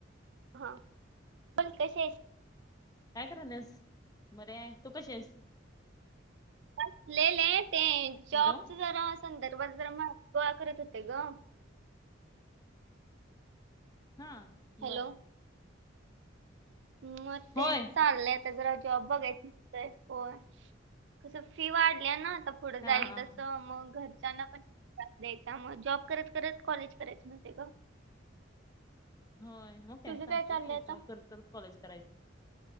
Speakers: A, on the right (about 65°); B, on the left (about 20°).
A: हा पण कसे आहे.
B: काय करालस बरी आहे तू कशी आहेस.
A: बसलेले आहे ते जॉबच
B: हॅलो
A: जरा अस- संदर्भात ज गोळा करीत होते ग.
B: हा बरं
A: हॅलो मग तेच
B: होय
A: चालले. जरा जॉब बघायच हो कस फी वाढली ना. थोडं
B: हा
A: जाईल
B: हा
A: तसं
B: हा.
A: मग घरच्यांना पण. त्रास द्यायचा मग जॉब करत करत कॉलेज करायच म्हणते का.
B: होय मग काय
A: तुझं
B: चालतय
A: चाललंय
B: की
A: आता
B: जॉब करत करत कॉलेज करायचं.